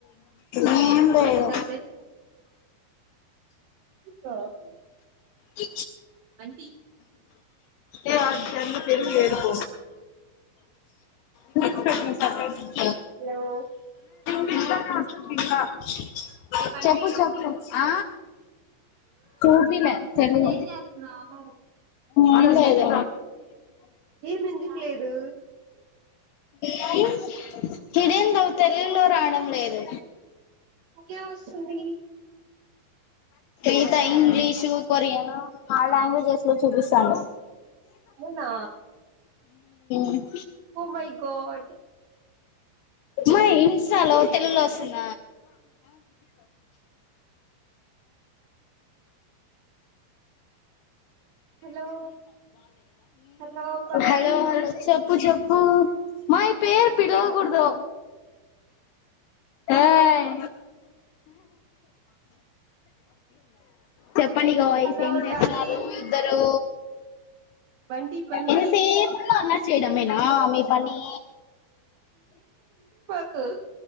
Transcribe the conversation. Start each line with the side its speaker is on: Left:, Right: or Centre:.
Left: ఏం లెడ్
Right: కాసేపు <unintelligible>
Left: ఇ
Right: అంటీ
Left: ఏ అర్జెంట్ <unintelligible> <unintelligible>
Right: హలో
Left: <unintelligible>
Right: ఏ బంటి
Left: చెప్పు చెప్పు ఆ కుటిలే తెలుగు
Right: ఏం చేస్తున్నావు
Left: ఏం లేదు
Right: ఏం ఎందుకు లేదు
Left: హ ఇద్దెందో తెలుగులో రావడం లేదు
Right: ఒకే వస్తుంది
Left: ఈత ఇంగ్లీషు కొరియను ఆ లాంగ్వేజెస్ లో చూపిస్తాను
Right: అవునా
Left: ఉమ్
Right: ఓ మై గాడ్
Left: మా హింసలో తెలుగులో వస్తుంద?
Right: హలో హలో పర్వీన్
Left: హలో చెప్పు చెప్పు మై పేర్ పిలోవకుడదు. ఆయ్. చెప్పండి గయిస్
Right: హలో
Left: ఏం చేస్తున్నారు
Right: డార్లింగ్
Left: ఇద్దరు.
Right: బంటి బంటి
Left: ఏంత సేపు అల్లరి చేయడమేనా మీ పని.
Right: కుక్.